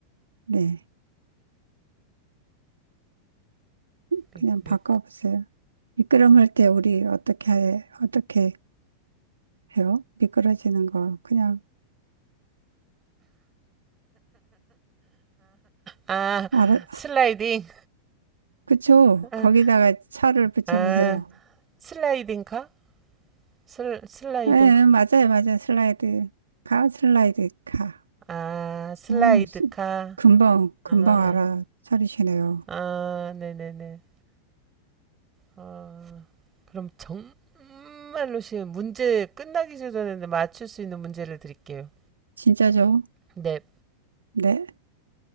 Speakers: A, on the right (about 70°); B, on the right (about 20°).
A: 네.
B: 미,
A: 그냥
B: 미,
A: 바꿔보세요. 미끄럼할 때 우리 어떻게, 해- 어떻게 해요? 미끄러지는 거. 그냥,
B: 아,
A: 알아,
B: 슬라이딩.
A: 그쵸?
B: 아,
A: 거기다가 차를 붙여보세요.
B: 아, 슬라이딩카? 슬, 슬라이딩카?
A: 예, 예, 맞아요, 맞아요. 슬라이드, 가, 슬라이드, 가.
B: 아, 슬라이드카.
A: 어, 스- 금방, 금방
B: 아,
A: 알아차리시네요.
B: 아, 네네네. 어, 그럼 정말로 쉬운 문제 끝나기 전에 맞출 수 있는 문제를 드릴게요.
A: 진짜죠?
B: 네.
A: 네.